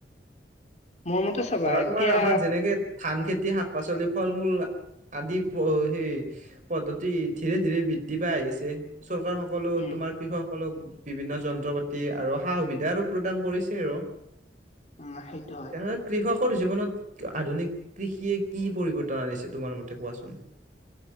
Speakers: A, on the left; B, on the right.
A: মোৰ মতে চাবা
B: ধৰা
A: এতিয়া
B: তোমাৰ আমাৰ যেনেকে। ধান খেতি, শাক -পাচলি, ফল- মূল আদি প সেই। পদ্ধতি ধীৰে ধীৰে বৃদ্ধি পাই আহিছে চৰকাৰসক। সকলো
A: উম
B: তোমাৰ কৃষকসকলক বিভিন্ন যন্ত্ৰ পাতি আৰু সা সুবিধা আৰু প্ৰদান কৰিছে আৰু।
A: উম সেইটো হয়।
B: তেনেহলে কৃষকৰ জীৱনত আধুনিক কৃষিয়ে কি পৰিৱৰ্তন আনিছে তোমাৰ মতে কোৱাচোন?